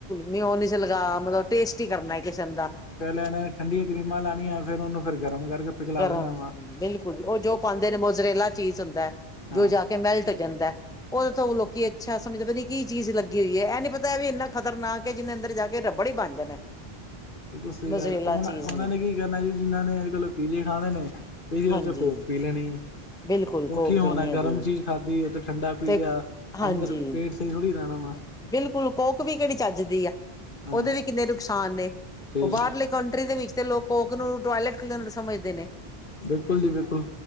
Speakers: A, in the centre; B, on the left.
A: ਮੀ ਉਹ ਨੀ ਸੀ ਲਗਾ ਮਤਲਬ ਟੇਸਟੀ ਕਰਨਾ ਏ ਇਕ ਕਿਸਮ ਦਾ।
B: ਪਹਿਲਾਂ ਇਹਨਾਂ ਨੇ ਠੰਡੀਆਂ ਕਰੀਮਾਂ ਲਾਣੀਆਂ, ਫ਼ਿਰ ਉਹਨੂੰ ਫਿਰ ਗਰਮ ਕਰਕੇ। ਪਿਘਲਾ
A: ਕਰ
B: ਦੇਣਾ ਵਾ
A: ਬਿਲਕੁਲ ਉਹ ਜੋ ਪਾਉਂਦੇ ਨੇ ਮੋਜਰੇਲਾ ਚੀਜ਼ ਹੁੰਦਾ ਹੈ
B: ਹਾਂ
A: ਜੋ ਜਾ ਕੇ। ਮੈਲਟ ਹੋ ਜਾਂਦਾ। ਉਹਦੇ ਤੋਂ ਉਹ ਲੋਕੀ ਅੱਛਾ ਸਮਝਦੇ ਪਤਾ ਨਹੀਂ ਕੀ ਚੀਜ਼ ਲੱਗੀ ਹੋਈ ਹੈ ਇਹ ਨੀ ਪਤਾ ਵੀ ਇੰਨਾ ਖਤਰਨਾਕ। ਜਿਹਨੇ ਅੰਦਰ ਜਾ ਕੇ ਰੱਬੜ ਹੀ ਬਣ ਜਾਣਾ।
B: ਦੂਸਰੀ
A: ਮੋਜਰੇਲਾ
B: ਗੱਲ ਉਹ
A: ਚੀਜ਼
B: ਉਹਨਾਂ ਨੇ ਕੀ ਕਰਨਾ ਜੀ ਜਿਹਨਾਂ ਨੇ ਅੱਜ ਕੱਲ ਪੀਜੇ ਖਾਣੇ ਨੇ,
A: ਹਾਂਜੀ
B: ਉੱਤੋਂ ਕੋੋਕ ਪੀ ਲੈਣੀ ਆ।
A: ਬਿਲਕੁਲ
B: ਉਹ
A: ਕੋਕ
B: ਕੀ ਹੋਣਾ
A: ਪੀਣੀ ਹੈ
B: ਗਰਮ
A: ਜੀ
B: ਚੀਜ਼ ਖਾਧੀ ਉੱਥੇ ਠੰਡਾ ਪੀ
A: ਤੇ
B: ਲਿਆ
A: ਹਾਂਜੀ
B: ਅੰਦਰ ਪੇਟ, ਥੋੜੀ ਰੈਣਾ ਵਾ
A: ਬਿਲਕੁਲ ਕੋਕ ਵੀ ਕਿਹੜੀ ਚੱਜ ਦੀ ਆ
B: ਹਾਂ
A: ਉਹਦੇ ਵੀ ਕਿੰਨੇ ਨੁਕਸਾਨ ਨੇ,
B: ਫਿਰ
A: ਉਹ ਬਾਹਰਲੇ ਕੰਟਰੀ ਦੇ ਵਿੱਚ ਤੇ ਲੋਕ ਕੋਕ ਨੂੰ ਟੋਇਲਟ ਕਲੀਨਰ ਸਮਝਦੇ ਨੇ,
B: ਬਿਲਕੁਲ ਜੀ ਬਿਲਕੁਲ,